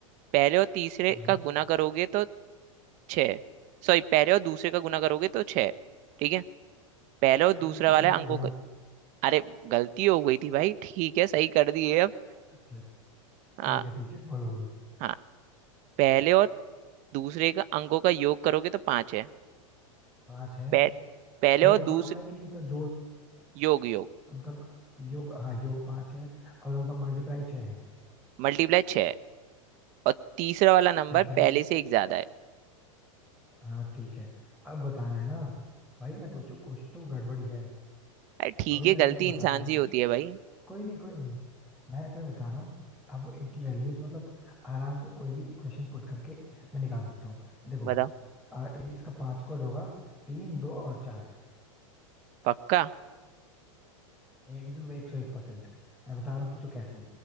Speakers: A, on the right; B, in the centre.
A: पहले और तीसरे
B: हाँ
A: का गुना करोगे तो छह सॉरी पहले और दूसरे का गुना करोगे तो छह ठीक है पहले और
B: पहले
A: दूसरा
B: दूसरे
A: वाला
B: का
A: अंकों
B: गुणा
A: का अरे गलती हो गई थी भाई ठीक है सही कर दिए अब
B: अच्छा
A: हाँ
B: ठीक है ठीक है बोलो बोलो
A: हाँ पहले और दूसरे का अंकों का योग करोगे तो पांच है
B: पांच है
A: पह, पहले
B: योग
A: और दूसरे
B: पांच है कि उनका जोड़
A: योग योग
B: उनका योग हाँ योग पांच है और उनका मल्टीप्लाई छह है
A: मल्टीप्लाई छह है। और तीसरा वाला नंबर
B: ठीक है
A: पहले से एक ज्यादा है
B: हाँ ठीक है अब बताना है ना भाई मैं सोचू कुछ तो गड़बड़ी है
A: अरे ठीक
B: अभी
A: है
B: मैं
A: गलती
B: तुमको बताता
A: इंसान
B: हूँ
A: से ही होती है भाई
B: कोई नहीं कोई नहीं मैं तुम्हें बता रहा हूँ अब इनकी वैल्यूज मतलब आराम से कोई भी इक्वेशन पुट करके मैं निकाल सकता हूँ देखो
A: बताओ
B: आ, इन इसका पासवर्ड होगा तीन दो और चार
A: पक्का
B: एकदम एक सौ एक परसेंट मैं बता रहा हूँ पूछो कैसे